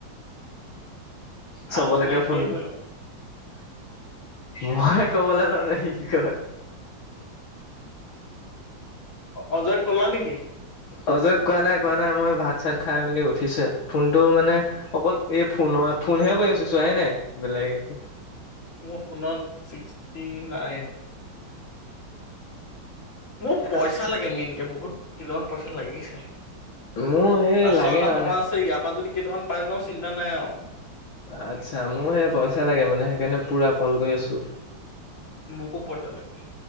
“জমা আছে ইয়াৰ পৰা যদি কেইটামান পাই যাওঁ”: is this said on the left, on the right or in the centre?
Left